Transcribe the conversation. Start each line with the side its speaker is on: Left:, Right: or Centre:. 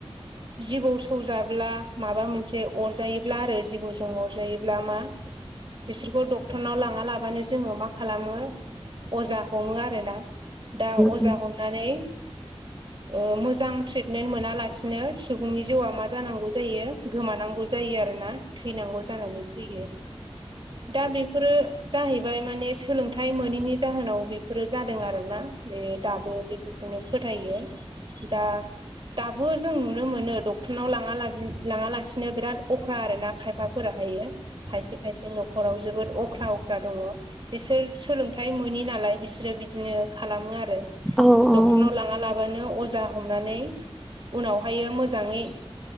Right: जिबौ सौजाब्ला माबा मोनसे अरजायोब्ला आरो जिबौजों अरजायोब्ला मा <inaudible> बिसोरखौ डक्टरनाव लाङा लाबानो जोङो मा खालामो अजा हमो आरो ना। दा अजा
Centre: उम औ औ उम औ उम औ उम
Right: हमनानै ओ मोजां ट्रिटमेन्ट मोनालासिनो सुबुंनि जिउआ मा जानांगौ जायो गोमानांगौ जायो आरोना। थैनांगौ जानानै फैयो दा बेफोरो जाहैबाय माने सोलोंथाइ मोनैनि जाहोनाव बेफोरो जादों आरोना बे दाबो बेफोरखौनो फोथायो। दा दाबो जों नुनो मोनो डक्टरनाव लाङा लाब लाङा लासिनो बिराद अख्रा आरो ना खायफाफोरा। थायो खायसे खायसे न'राव जोबोद अख्रा अख्रा दङ बिसोर सोलोंथाइ मोनि ना लाय बिसोरो बिदिनो खालामो आरो।
Centre: औ औ।
Right: <unintelligible> लाङा लाबानो अजा हमनानै उनावहायो मोजाङै